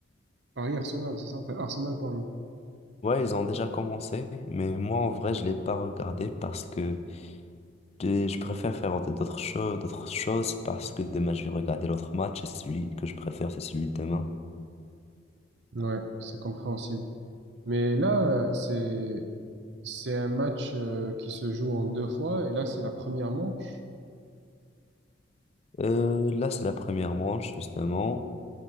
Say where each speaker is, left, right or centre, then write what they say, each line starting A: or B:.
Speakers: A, on the right; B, on the left.
A: Paris-Arsenal, c'est ça? Enfin, Arsenal-Paris.
B: Ouais, ils ont déjà commencé. Mais moi, en vrai, je l'ai pas regardé parce que je je préfère faire autre- d'autres choses, d'autres choses parce que demain, je vais regarder l'autre match. Et celui que je préfère, c'est celui de demain.
A: Ouais, c'est compréhensible. Mais là, euh, c'est, c'est un match euh, qui se joue en deux fois, et là, c'est la première manche,
B: Euh, là, c'est la première manche, justement.